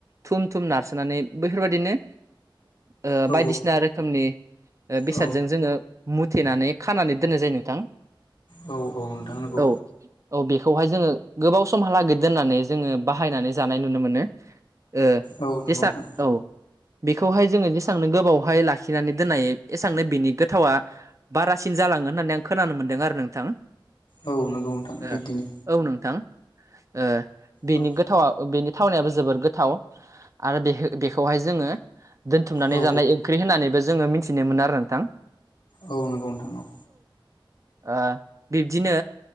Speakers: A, on the right; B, on the left.
A: थुम थुम नारसोनानै बेैफोरबायदिनो ओ
B: औ
A: बायदिसिना रोखोमनि ओ बेसादजों
B: औ
A: जोङो मुथेनानै खानानै दोननाय जायो नोंथां।
B: औ औ नोंथां नंगौ
A: औ औ बे खौहाय जोङो गोबाव समहालागिरद दोननानै जोङो बाहायनानै जानाय नुनो मोनो। ओ
B: औ नंगौ
A: जेसा
B: नोंथां
A: औ बेखौहाय जोङो जेसेबांनो गोबावहाय लाखिनानै दोननायायो एसबांनो बेनि गोथावा बारासिन जालांगोन होननानै आं खोनानो मोन्दों आरो नोंथां।
B: औ नंगौ नोंथां
A: ओ
B: बिदिनो
A: औ नोंथां। ओ बेनि
B: औ
A: गोथावा बेनि थावनायाबो जोबोर गोथाव आरो बे बेखौहाय जोङो दोनथुमनानै
B: औ
A: जानाय ओंख्रि होननानैबो जोङो मिथिनो मोनो आरो नोंथां।
B: औ नंगौ नोंथां औ।
A: ओ बिब्दिनो